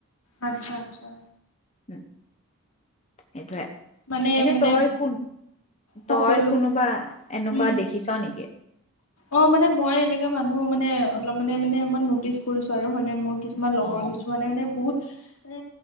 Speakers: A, on the left; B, on the left.
A: আতচ্ছা, আতচ্ছা।
B: উম। সেইটোৱে
A: মানে
B: এনে
A: মানে
B: তই কোন,
A: সকলো
B: তই কোনোবা এনেকুৱা
A: উম
B: দেখিছ নেকি?
A: অ', মানে মই এনেকা মানুহ মানে অলপ মানে, মানে নটিচ কৰিছোঁ আৰু মানে মোৰ কি কিছুমান লগৰ
B: অ
A: কিছুমানে মানে বহুত এ,